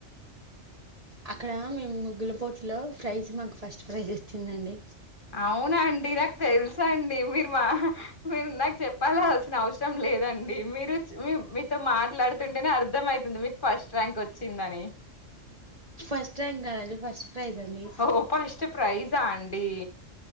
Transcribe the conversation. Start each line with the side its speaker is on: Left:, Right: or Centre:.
Right: అక్కడ మేము ముగ్గులపోట్లో ప్రైజ్ మాకు ఫస్ట్ ప్రైజ్ వచ్చిందండి
Left: అవునండి నాకు తెలుసు అండి మీరు మా మీరు నాకు చెప్పాలల్సిన అవసరం లేదండి మీరు మీీతో మాట్లాడుతుంటేనే అర్ అర్ధమయితుంది మీకు ఫస్ట్ ర్యాంక్ వచ్చిందని
Right: ఫస్ట్ ర్యాంక్ కాదండి ఫస్ట్ ప్రైజ్ అండి
Left: ఓప్ప నస్ట ప్రైజ్ దాండి